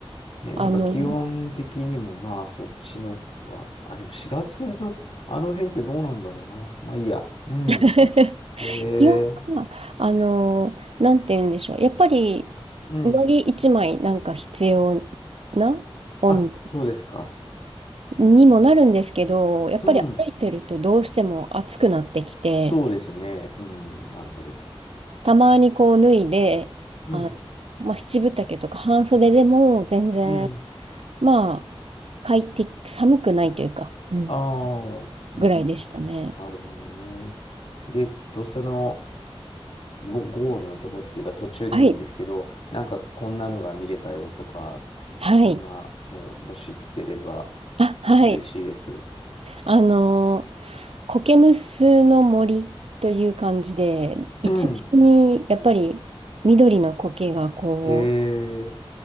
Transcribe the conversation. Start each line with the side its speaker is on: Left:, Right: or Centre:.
Left: ね、なんか気温的にもまあそっちの方は、
Right: あの、
Left: あ、でも4月のあの辺ってどうなんだろうな。まあいいや。うん。
Right: <laughs>
Left: へ
Right: 気温は、
Left: え、
Right: あのーなんて言うんでしょう。やっぱり、
Left: うん。
Right: 上着一枚なんか必要な温度
Left: あ、そうですか。
Right: にもなるんですけど、やっぱり歩いてるとどうしても暑くなってきて、
Left: うん。そうですね。うん。なるほど。
Right: たまにこう脱いで、
Left: うん。
Right: あ、まあ、七分丈とか半袖でも全然、
Left: うん。
Right: まあ、快適、寒くないというか、うん
Left: ああ、うん、うん。
Right: ぐらいでしたね。
Left: うんなるほどね。で、えっと、その、ゴ、ゴールのとこっていうか途中でもいいんですけど、
Right: はい。
Left: なんかこんなのが見れたよとか、
Right: はい。
Left: そんなのもし聞ければ
Right: あ、はい。
Left: 嬉しいです。
Right: あのー、コケムスの森という感じで、一面にやっぱり緑の苔がこう、
Left: うん。ええ、